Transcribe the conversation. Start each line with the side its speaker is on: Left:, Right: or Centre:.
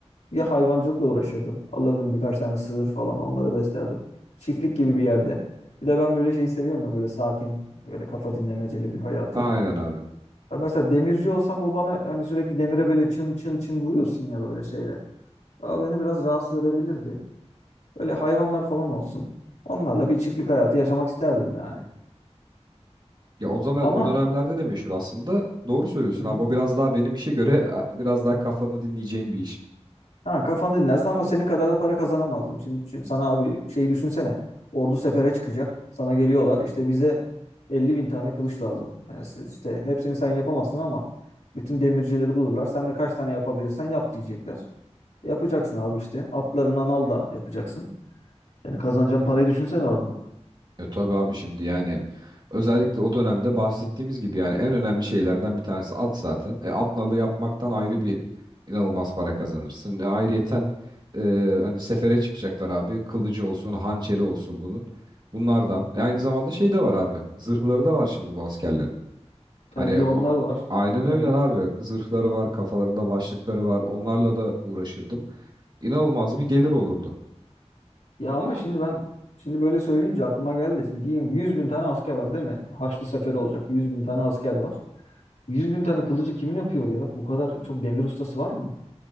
Left: ya hayvancılıkla uğraşırdım. Alırdım birkaç tane sığır falan onları beslerdim. Çiftlik gibi bir yerde. Bir de ben böyle şeyi seviyorum ya böyle sakin, böyle kafa dinlemeceli bir hayatı.
Right: Aynen abi.
Left: Ya mesela demirci olsam o bana hani sürekli demire böyle çın çın çın vuruyorsun ya böyle şeyle. Aa, beni biraz rahatsız edebilirdi. Böyle hayvanlar falan olsun. Onlarla bir çiftlik hayatı yaşamak isterdim yani.
Right: Ya o zaman
Left: Ama
Right: o dönemlerde de meşhur aslında. Doğru söylüyorsun
Left: Hı
Right: abi. O biraz daha benim işe göre a, biraz daha kafanı dinleyeceğim bir iş.
Left: Ha, kafanı dinlersin ama senin kadar da para kazanamazdım. Şimdi, şimdi sana abi şeyi düşünsene. Ordu sefere çıkacak. Sana geliyorlar. İşte bize 50 bin tane kılıç lazım. Yani siz işte hepsini sen yapamazsın ama bütün demircileri bulurlar. Sen de kaç tane yapabilirsen yap diyecekler. Yapacaksın abi işte. Atlarına al da yapacaksın. Yani kazanacağın parayı düşünsene oradan.
Right: E tabii abi şimdi yani özellikle o dönemde bahsettiğimiz gibi yani en önemli şeylerden bir tanesi at zaten. E, at nalı yapmaktan ayrı bir inanılmaz para kazanırsın. E, ayrıyeten e, hani sefere çıkacaklar abi. Kılıcı olsun, hançeri olsun bunun. Bunlardan. E, aynı zamanda şey de var abi. Zırhları da var şimdi bu askerlerin.
Left: E,
Right: Hani
Left: bir de onlar
Right: o
Left: var.
Right: aynen öyle
Left: Evet.
Right: abi. Zırhları var, kafalarında başlıkları var. Onlarla da uğraşırdım. İnanılmaz bir gelir olurdu.
Left: Ya ama şimdi ben şimdi böyle söyleyince aklıma geldi. Şimdi diyeyim 100 bin tane asker var değil mi? Haçlı Seferi olacak. 100 bin tane asker var. 100 bin tane kılıcı kim yapıyor ya? Bu kadar çok demir ustası var mı?